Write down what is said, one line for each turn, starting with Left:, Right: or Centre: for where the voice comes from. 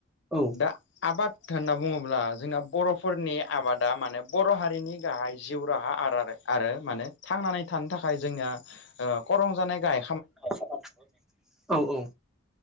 Centre: औ
Left: दा आबाद होनना बुंङोब्ला जोंना बर'फोरनि आबादा माने बर' हारिनि गाहाय जिउ राहा आर आरो माने थांनानै थानो थाखाय जोंनिआ ओ खरं जानाय गाय
Centre: ओह ओह औ औ